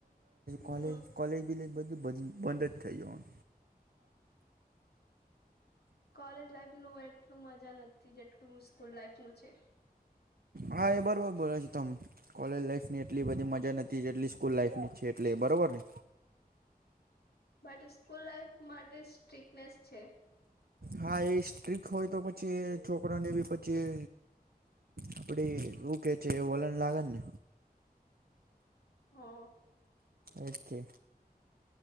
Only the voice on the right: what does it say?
કોલેજ કોલેજ બીલેજ બધું બંધજ થઈ જવાનું.
હા એ બરોબર બોલે છે તમ. કોલેજ લાઈફની એટલી બધી મજા નથી એટલી સ્કૂલ લાઈફની છે એટલે બરોબર ને.
હા એ સ્ટ્રીક હોય તો પછી છોકરાને બી પછી. આપડી એવું કે છે વલણ લાગેને.
એજ છે